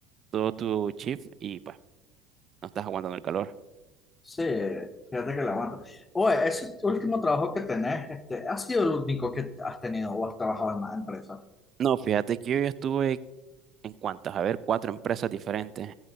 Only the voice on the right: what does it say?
todo tu shift y pues no estás aguantando el calor.
No, fíjate que yo ya estuve en cuantas, a ver, cuatro empresas diferentes.